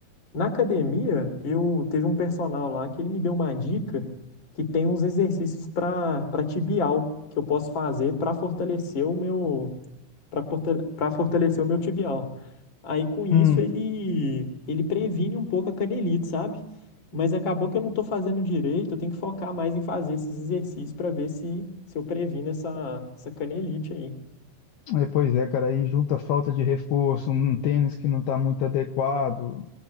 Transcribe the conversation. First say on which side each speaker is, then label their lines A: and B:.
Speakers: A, on the left; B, on the left.
A: Na academia, eu teve um personal lá que ele me deu uma dica que tem uns exercícios para para tibial que eu posso fazer para fortalecer o meu para para fortalecer o meu tibial. Aí com isso
B: hum.
A: ele ele previne um pouco a canelite, sabe? Mas acabou que eu não tô fazendo direito, eu tenho que focar mais em fazer esses exercícios para ver se se eu previno essa essa canelite aí.
B: É, pois é, cara, aí junta a falta de reforço, um tênis que não está muito adequado.